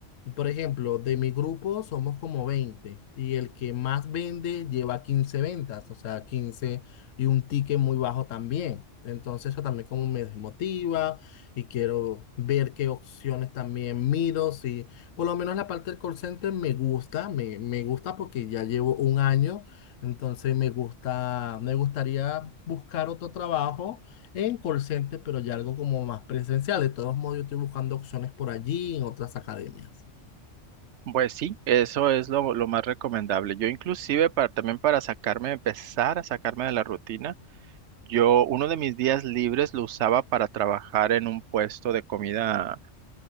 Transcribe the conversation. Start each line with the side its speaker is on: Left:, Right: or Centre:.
Left: por ejemplo, de mi grupo somos como 20 y el que más vende lleva 15 ventas, o sea, 15 y un ticket muy bajo también. Entonces eso también como me desmotiva y quiero ver qué opciones también miro. Si por lo menos la parte del call center me gusta, me, me gusta porque ya llevo un año, entonces me gusta, me gustaría buscar otro trabajo en call center, pero ya algo como más presencial. De todos modos, yo estoy buscando opciones por allí en otras academias.
Right: Pues sí, eso es lo, lo más recomendable. Yo inclusive para, también para sacarme, empezar a sacarme de la rutina, yo uno de mis días libres lo usaba para trabajar en un puesto de comida,